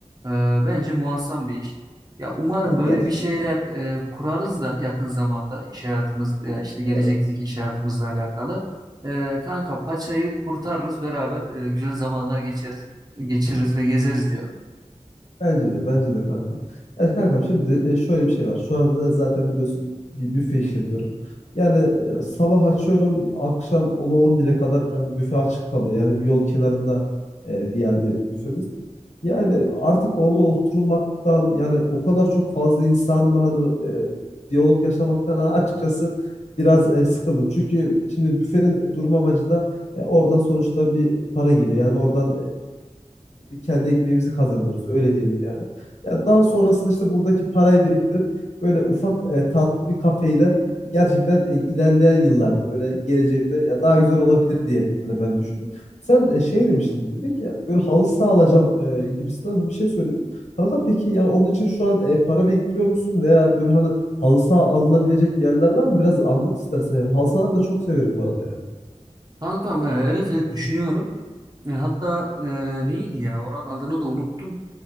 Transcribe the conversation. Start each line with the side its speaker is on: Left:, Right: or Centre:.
Right: e, bence muazzam bir iş. Ya umarım
Left: Ya gerçekten.
Right: böyle bir şeyler e, kurarız da yakın zamanda iş hayatımız ya işte gelecekteki
Left: Evet.
Right: iş hayatımızla alakalı. E, kanka paçayı kurtarırız beraber e, güzel zamanlar geçeriz geçiririz ve gezeriz diyorum.
Left: Bence de, bence de kanka. Yani kankam şimdi e, şöyle bir şey var. Şu an e, zaten biliyorsun bir büfe işletiyorum. Yani e, sabah açıyorum, akşam ona on bire kadar yani büfe açık kalıyor. Yani bir yol kenarında e, bir yerde büfemiz. Yani artık orada oturmaktan yani o kadar çok fazla insanla hani e, diyalog yaşamaktan hani açıkçası biraz e, sıkıldım. Çünkü şimdi büfenin durum amacı da e, oradan sonuçta bir para geliyor. Yani oradan e, kendi ekmeğimizi kazanıyoruz öyle diyelim yani. Ya daha sonrasında işte buradaki parayı biriktirip böyle ufak e, tatlı bir kafeyle gerçekten e, ilerleyen yıllarda böyle geleceğimde ya daha güzel olabilir diye hani ben düşündüm. Sen e, şey demiştin dedik ya böyle halı saha alacağım e, gibisinden bir şey söyledin. Kanka peki yani onun için şu an e, para biriktiriyor musun veya böyle hani halı saha alınabilecek yerler var mı? Biraz anlat istersen yani. Halı sahaları da çok severim bu arada yani.
Right: Kankam e, evet evet düşünüyorum. E, hatta e, neydi ya oranın adını da unuttum.